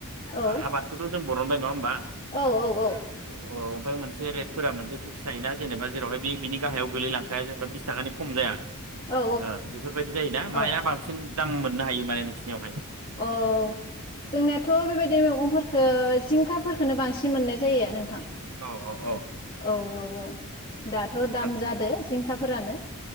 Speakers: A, on the left; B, on the right.
A: औ
B: आबादखौथ' जों बर'नबाय नङा होनबा?
A: औ औ औ
B: अ ओमफ्राय मोनसे रेटफोरा मोनसे फिक्स थायोना जेनेबा जेरावहाय बि बिनि गाहायाव गोलैलांखाया जेनेबा थाखानि खम जाया
A: औ
B: ओ बेफोरबायदि जायोना
A: औ
B: माया बांसिन दाम मोननो हायो माने नोंसिनियावहाय?
A: औ जोंनियाथ' बेबायदि मैगंफोरखौ जिंखाफोरखौनो बांसिन मोननाय जायो नोंथां।
B: औ औ
A: औ औ औ दाथ'
B: जुथाजों
A: दाम जादो जिंखाफोरानो,